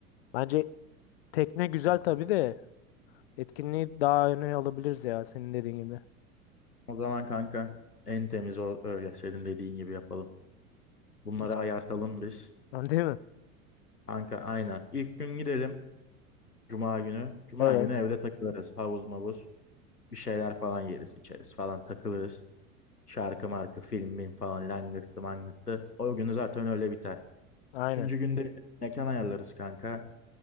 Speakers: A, on the left (about 45°); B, on the left (about 80°).
A: Bence tekne güzel
B: Hani
A: tabii de etkinliği daha öne alabiliriz ya senin dediğin gibi.
B: O zaman kanka en temiz o öyle senin dediğin gibi yapalım. Bunları
A: Et-
B: ayartalım biz.
A: Değil mi?
B: Kanka aynen. İlk gün gidelim. Cuma günü. Cuma
A: Evet.
B: günü evde takılırız. Havuz mavuz. Bir şeyler falan yeriz içeriz falan takılırız. Şarkı markı film mim falan langırttı mangırttı. O günü zaten öyle biter.
A: Aynen.
B: Üçüncü günde bir mekan ayarlarız kanka.